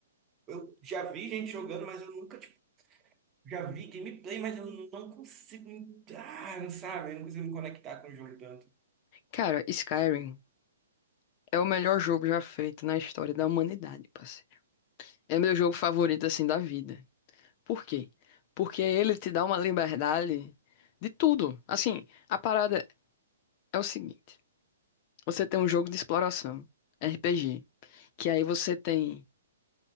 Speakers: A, on the right (about 20°); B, on the left (about 30°).
A: eu já vi gente jogando, mas eu nunca, tipo, já vi gameplay, mas eu não consigo entrar, não sabe? Eu não consigo me conectar com o jogo tanto.
B: Cara, Skyrim é o melhor jogo já feito na história da humanidade, parceiro. É meu jogo favorito, assim, da vida. Por quê? Porque ele te dá uma liberdade de tudo. Assim, a parada é o seguinte: você tem um jogo de exploração, RPG, que aí você tem